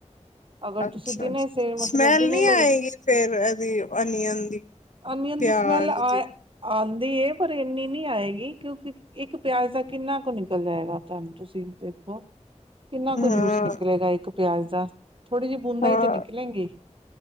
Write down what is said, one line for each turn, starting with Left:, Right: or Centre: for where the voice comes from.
Right: ਅਗਰ
Left: ਅੱਛਾ-ਅੱਛਾ,
Right: ਤੁਸੀਂ ਦਿਨੇ ਸਿਰ ਮਤਲਬ
Left: ਸਮੈਲ
Right: ਦਿਨੇ
Left: ਨੀ
Right: ਲਗ
Left: ਆਏਗੀ ਫੇਰ ਇਹਦੀ ਅਨੀਅਨ ਦੀ।
Right: ਅਮੀਅਨ
Left: ਪਿਆਜ
Right: ਦੀ ਸਮੈਲ ਆ,
Left: ਦੀ
Right: ਆਂਦੀ ਏ ਪਰ ਐਨੀ ਨੀ ਆਏਗੀ ਕਿਉਂਕਿ ਇੱਕ ਪਿਆਜ ਦਾ- ਕਿੰਨਾ ਕ ਨਿਕਲ ਜਾਏਗਾ ਤੁਹਾਨੂੰ ਤੁਸੀਂ ਦੇਖੋ, ਕਿੰਨਾ
Left: ਹਾਂ
Right: ਕ ਜੂਸ ਨਿਕਲੇਗਾ ਇੱਕ- ਪਿਆਜ਼ ਦਾ, ਥੋੜੀ ਜਿਹੀ ਬੂੰਦਾਂ
Left: ਹਾਂ
Right: ਹੀ ਤੇ ਨਿਕਲੇਗੀ।